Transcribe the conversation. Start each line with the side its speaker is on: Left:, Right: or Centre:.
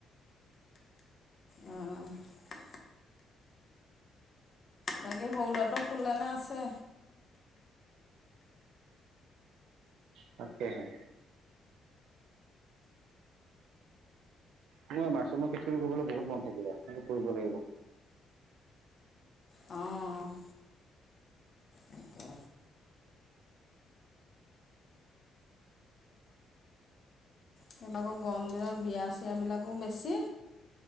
Left: অ'! <unintelligible> বাকী, সৰু ল'ৰাটো শুলে নে, আছে?
Right: তাকেহে! <unintelligible> মাচৰুমৰ খেতি কৰিবলে, বহুত মন থাকিলে, কৰিব লাগিব।
Left: অ'! তাকে। তাপা আকৌ গৰম দিনত বিয়া চিয়াবিলাকো বেছি,